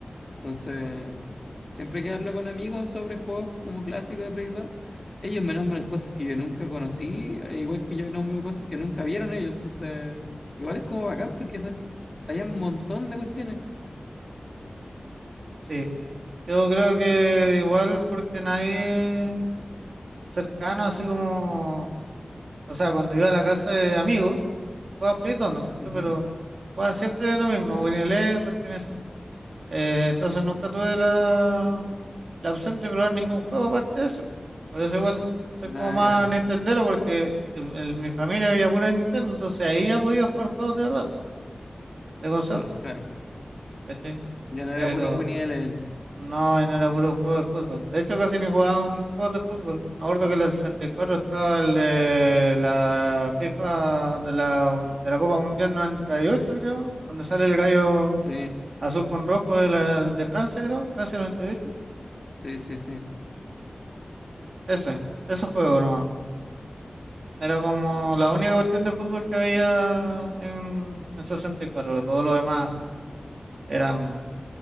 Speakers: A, on the left; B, on the right.
A: Entonces, siempre que hablo con amigos sobre juegos como clásicos de Play 2, ellos me nombran cosas que yo nunca conocí, e igual que yo nombro cosas que nunca vieron ellos. Entonces, igual es como bacán porque son, hay un montón de cuestiones.
B: Sí, yo creo que igual porque nadie cercano, así como O sea, cuando iba a la casa de amigos, jugaba Play 2, ¿no es cierto?
A: Ujú.
B: Pero jugaban siempre lo mismo, Winnie Eleven, cuestiones así. Eh, entonces nunca tuve la, la opción de probar ningún juego aparte de eso. Por eso igual soy como
A: Ah,
B: más
A: ya,
B: Nintendero, porque en, en mi familia había pura Nintendo, entonces ahí ya podía jugar juegos de verdad, de consola,
A: claro.
B: ¿cachai?
A: Ya no era
B: Pero
A: puro Winnie Eleven.
B: No, y no era puro juego de fútbol. De hecho, casi ni jugaba un juego de fútbol. Me acuerdo que en la 64 estaba el de la FIFA de la, de la Copa Mundial 98, creo, donde sale el gallo
A: Sí,
B: azul con rojo de, la, de Francia, creo, Francia 98.
A: sí, sí, sí.
B: Ese, ese juego nomás. Era como la única cuestión de fútbol que había en, en 64. Todo lo demás eran